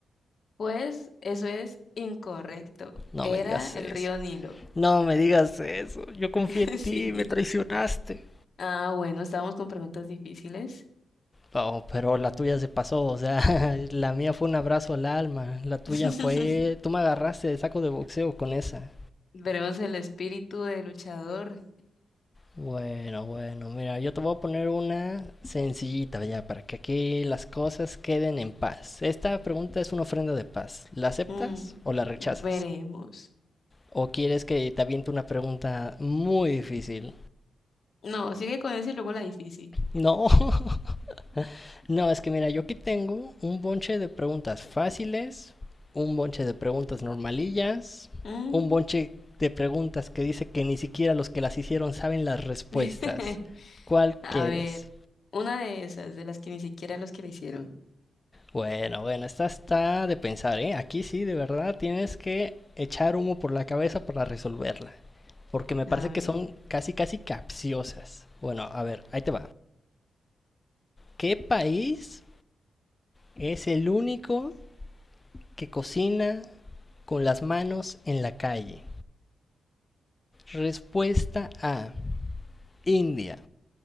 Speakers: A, on the left (about 50°); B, on the left (about 25°).
A: Pues eso es incorrecto.
B: No
A: Era
B: me digas
A: el
B: eso.
A: río Nilo.
B: No me digas eso. Yo confié
A: <laughs>
B: en ti,
A: Sí.
B: me traicionaste.
A: Ah, bueno, estábamos con preguntas difíciles.
B: Oh, pero la tuya se pasó, o sea, <laughs> la mía fue un abrazo al alma, la tuya
A: <laughs>
B: fue... Tú me agarraste de saco de boxeo con esa.
A: Veremos el espíritu de luchador.
B: Bueno, bueno, mira, yo te voy a poner una sencillita ya para que aquí las cosas queden en paz. Esta pregunta es una ofrenda de paz. ¿La aceptas
A: Mm,
B: o la rechazas?
A: veremos.
B: ¿O quieres que te aviente una pregunta muy difícil?
A: No, sigue con eso y luego la difícil.
B: No, <laughs> no, es que mira, yo aquí tengo un bonche de preguntas fáciles, un bonche de preguntas normalillas,
A: Mm.
B: un bonche de preguntas que dice que ni siquiera los que las hicieron saben las respuestas.
A: <laughs>
B: ¿Cuál
A: A
B: quieres?
A: ver, una de esas, de las que ni siquiera los que le hicieron.
B: Bueno, bueno, esta está de pensar, ¿eh? Aquí sí, de verdad, tienes que echar humo por la cabeza para resolverla. Porque me parece
A: A
B: que
A: ver.
B: son casi, casi capciosas. Bueno, a ver, ahí te va. ¿Qué país es el único que cocina con las manos en la calle? Respuesta A, India.